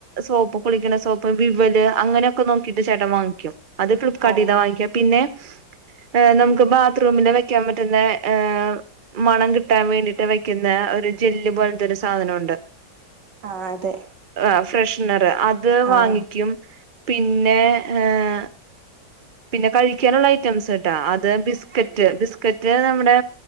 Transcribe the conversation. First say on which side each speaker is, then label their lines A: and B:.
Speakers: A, on the right; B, on the right.
A: സോപ്പ് കുളിക്കണ സോപ്പ് വിവല് അങ്ങനെയൊക്കെ നോക്കിയിട്ട് ചേട്ടൻ വാങ്ങിക്കും അത് ഫ്ലിപ്കാർട്ടിന്നാ
B: ഓ
A: വാങ്ങിക്കുക പിന്നെ ഏഹ് നമുക്ക് ബാത്റൂമില് വെക്കാൻ പറ്റുന്ന ഏഹ് മണം കിട്ടാൻ വേണ്ടിയിട്ട് വെക്കുന്ന ഒരു ജെല്ല് പോലത്തെ ഒരു സാധനവുണ്ട്
B: ആഹ് അതെ
A: ഏഹ് ഫ്രഷ്നർ അത് വാങ്ങിക്കും
B: ആഹ്
A: പിന്നെ ഏഹ് പിന്നെ കഴിക്കാനുള്ള ഐറ്റംസ്ട്ടാ അത് ബിസ്കറ്റ് ബിസ്കറ്റ് നമ്മുടെ